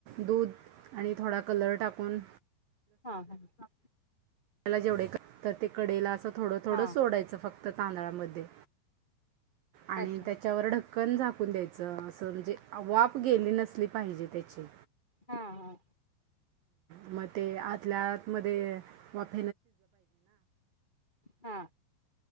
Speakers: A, on the right; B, on the left.
A: दूध आणि थोडा कलर टाकून
B: हा हा हा
A: त्याला जेवढे का ते कडेला असं थोडं थोडं
B: हा
A: सोडायचं फक्त तांदळामध्ये आणि
B: अच्छा
A: त्याच्यावर ढक्कन झा पुंद अस म्हणजे वाप गेली नसली पाहिजे त्याची
B: हा हा
A: मग ते आतल्यात म पा
B: हा